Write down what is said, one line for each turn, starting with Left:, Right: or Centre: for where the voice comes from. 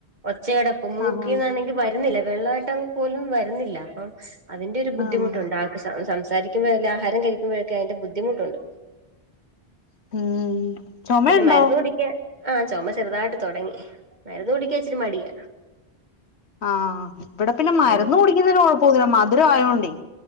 Right: ഒച്ചടപ്പും മൂക്കിന്നാണെങ്കിൽ
Left: ആഹാ
Right: വാ വരുന്നില്ല വെള്ളമായിട്ട് പോലും വരുന്നില്ല അപ്പം അതിന്റെ ഒരു ബുദ്ധിമുട്ടുണ്ട്
Left: ആഹ്
Right: ആൾക്ക് സംസാരിക്ക ക്കുമ്പോ ആഹരം കഴുമ്പോക്ക അതിന്റെ ബുദ്ധിമുട്ടുണ്ട്
Left: ഉം ചുമയുണ്ടോ
Right: പിന്നെ മരുന്ന് കുടിക്കാൻ ആ ചുമ ചെറുതായിട്ട് തുടങ്ങി മരുന്ന് കുടിക്കാ ഇച്ചിട്ട് മടിയ
Left: ആഹ് ഇവിടെ പിന്നെ മരുന്ന്
Right: ഉം
Left: കുടിക്കുന്നതിന് കൊഴപ്പമില്ല മധുര ആയോണ്ടെ